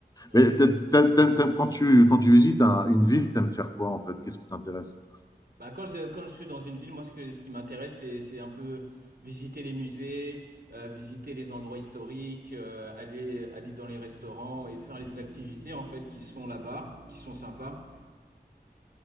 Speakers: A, on the right; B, on the left.
A: Ouais.
B: Mais t'a- t'a- t'a- quand, tu, quand tu visites un- une ville, t'aimes faire quoi en fait Qu'est-ce qui t'intéresse
A: Bah quand je, quand je suis dans une ville, moi ce que, ce qui m'intéresse, c'est, c'est un peu visiter les musées, euh, visiter les endroits historiques, euh, aller, aller dans les restaurants et faire les activités en fait qui se font là-bas, qui sont sympas.